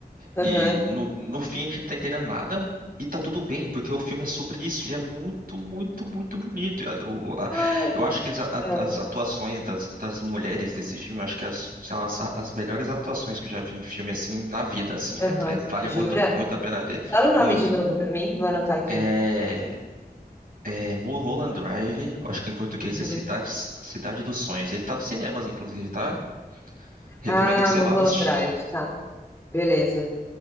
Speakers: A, on the left; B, on the right.
A: Aham.
B: e no, no fim a gente não tá entendendo nada e tá tudo bem, porque o filme é sobre isso e é muito, muito, muito bonito. Eu, a- o- a-
A: Ai,
B: eu acho que as, a-
A: ah,
B: as atuações das, das mulheres desse filme, eu acho que as- são as, as melhores atuações que eu já vi em filme, assim, na vida, assim. É,
A: aham.
B: é, vale
A: Jura?
B: muito, muito a pena ver.
A: Fala o nome
B: Muito.
A: de novo pra mim, vou anotar aqui.
B: É, é Mulholland Drive, eu acho que em português
A: Uhum.
B: é Cidade, Cidade dos Sonhos. Ele tá nos cinemas, inclusive, tá? Recomendo
A: Ah,
B: que você
A: Mulholland
B: vá pra assistir.
A: Drive, tá. Beleza.